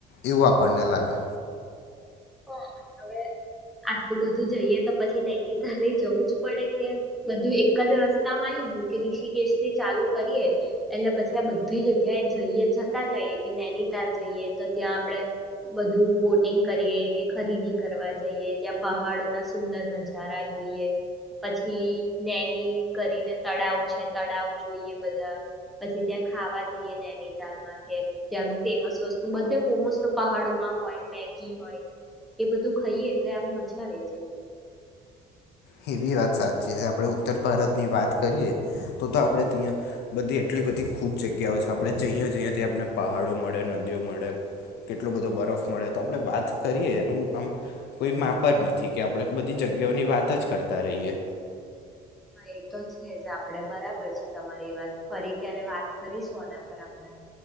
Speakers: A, on the left; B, in the centre.
A: એવું આપણને લાગે.
B: હા હવે આટલું બધું જઈએ તો પછી નૈનીતાલ જવું જ પડે કે બધું એક જ રસ્તા માં આઈ ગયું કે રિષિકેશ થી ચાલુ કરીએ એટલે પછી આ બધી જગ્યા એ જઈએ જતા જઈએ કે નૈનીતાલ જઈએ તો ત્યાં આપણેે બધું બોટિંગ કરીએ. કે ખરીદી કરવા જઈએ ત્યાં પહાડો ના સુંદર નજારા જોઈએ. પછી નૈની કરીને તળાવ છે, તળાવ જોઈએ બધા. પછી ત્યાં ખાવા જઈએ નૈનીતાલમાં કે ત્યાંનું ફેમસ વસ્તુ બધે મોમોસ તો પહાડોમાં હોય, મેગી હોય. એ બધું ખાઈએ એટલે આમ મજા આવી જાય.
A: એ બી વાત સાચી છે. આપણે ઉત્તર ભારતની વાત કરીએ તો તો આપણે ત્યાં બધી એટલી બધી ખૂબ જગ્યાઓ છે આપણે જઈએ જઈએ ત્યાં આપને પહાડો મળે, નદીઓ મળે, કેટલો બધો બરફ મળે તો આપણે વાત કરીએ એનું આમ કોઈ માપ જ નથી કે આપણે બધી જગ્યાઓની વાત જ કરતા રહીએ.
B: હા એ તો છે જ આપણેે બરાબર છે તમારી વાત ફરી ક્યારે વાત કરીશું આના પર આપણે.